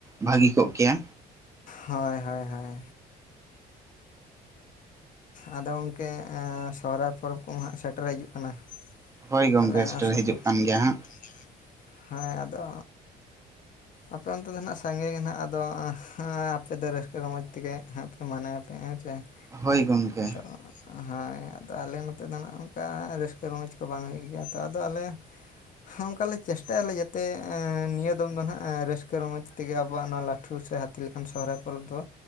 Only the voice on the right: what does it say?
ᱵᱷᱟᱹᱜᱤ ᱠᱚᱜ ᱠᱮᱭᱟ᱾
ᱦᱳᱭ ᱜᱚᱝᱠᱮ
ᱥᱮᱴᱮᱨ ᱦᱤᱡᱩᱜ ᱠᱟᱱ ᱜᱮᱭᱟ ᱦᱟᱸᱜ
ᱦᱳᱭ ᱜᱚᱝᱠᱮ